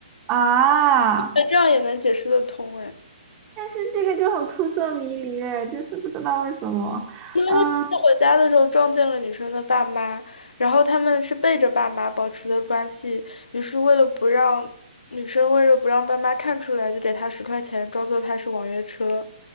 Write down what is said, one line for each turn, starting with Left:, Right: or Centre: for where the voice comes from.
Right: 啊？
Left: 那这样也能解释得通哎，
Right: 但是这个就很扑朔迷离哎，就是不知道为什么。
Left: 因为他回家的时候撞见了女生的爸妈，
Right: 嗯，
Left: 然后他们是背着爸妈保持的关系，于是为了不让女生为了不让爸妈看出来，就给他十块钱，装作他是网约车。